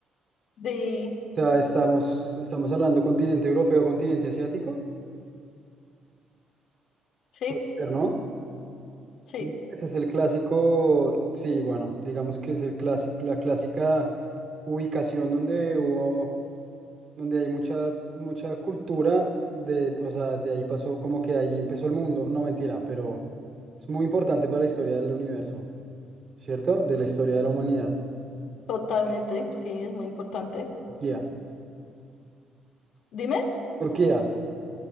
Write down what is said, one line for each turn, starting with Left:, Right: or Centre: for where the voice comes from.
Left: Di-
Right: sea, estamos, estamos hablando continente europeo, continente asiático.
Left: Sí,
Right: Puede ser, ¿no?
Left: sí,
Right: Sí. Ese es el clásico, sí, bueno, digamos que es el clásico, la clásica ubicación donde hubo donde hay mucha, mucha cultura de, o sea, de ahí pasó como que ahí empezó el mundo. No, mentira, pero es muy importante para la historia del universo, ¿cierto? De la historia de la humanidad.
Left: totalmente. Sí, es muy importante.
Right: Turquía,
Left: Dime.
Right: Turquía,